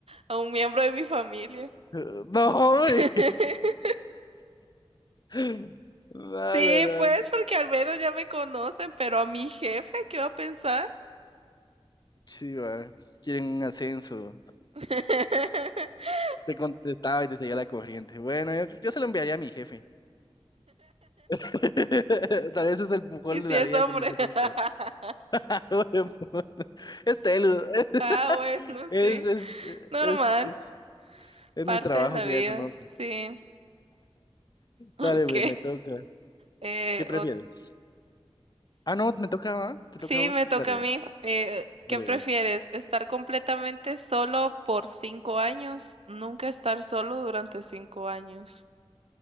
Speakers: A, on the right; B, on the left.
A: A un miembro de mi familia.
B: gran- No, hombre.
A: <laughs>
B: <laughs> A
A: Sí,
B: la gran-
A: pues, porque al menos ya me conocen, pero a mi jefe, ¿qué va a pensar?
B: Sí, va. Quieren un ascenso.
A: <laughs>
B: Te contestaba y te seguía la corriente. Bueno, yo, yo se lo enviaría a mi jefe. <laughs> Tal vez es el mejor
A: Y si
B: de la
A: es
B: vida
A: hombre.
B: que necesito.
A: <laughs>
B: <laughs> Es Telu. <laughs>
A: Ah, bueno,
B: Es,
A: sí.
B: es,
A: Normal.
B: es, es, es
A: Parte
B: mi trabajo
A: de la
B: que
A: vida,
B: ya conoces.
A: sí. <laughs> Ok.
B: Dale, güey, me toca.
A: Eh,
B: ¿Qué prefieres? Ah, no, me toca, ¿va? ¿Te
A: Sí,
B: toca a vos?
A: me toca
B: Dale, güey,
A: a mí. Eh, ¿qué
B: dale,
A: prefieres?
B: güey.
A: ¿Estar completamente solo por cinco años? Nunca estar solo durante cinco años.